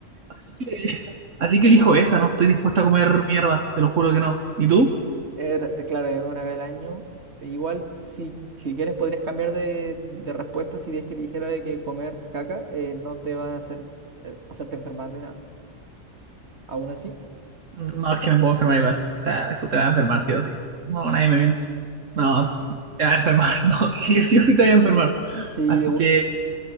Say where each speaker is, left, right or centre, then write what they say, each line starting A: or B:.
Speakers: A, on the right (about 70°); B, on the right (about 55°).
A: Así que, <laughs> así que elijo esa, no estoy dispuesta a comer mierda, te lo juro que no. ¿Y tú?
B: Er, claro, es una vez al año. Igual, si, si quieres, podrías cambiar de, de respuesta si es que te dijera de que comer caca eh, no te va a hacer eh, hacerte enfermar ni nada. Aún así,
A: No, es que me puedo enfermar igual. O sea, eso te va a enfermar sí o sí. No, nadie me miente. No, te va a enfermar. <laughs> No, sí, sí o sí te va a enfermar.
B: sí,
A: Así
B: yo,
A: que